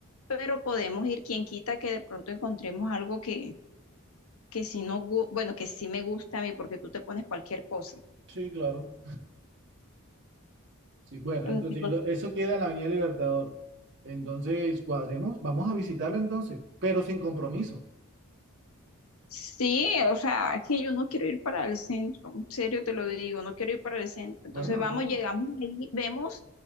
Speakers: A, on the left; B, on the right.
A: pero podemos ir quien quita que de pronto encontremos algo que, que sí no, gu- bueno, que sí me gusta a mí, porque tú te pones cualquier cosa.
B: Sí, claro. Sí, bueno,
A: Entonces,
B: entonces y do- eso queda en la Avenida Libertador. Entonces, cuadremos, vamos a visitarla entonces, pero sin compromiso.
A: Sí, o sea, es que yo no quiero ir para el centro, en serio te lo digo, no quiero ir para el centro. Entonces
B: Bueno,
A: vamos,
B: entonces,
A: llegamos ahí, vemos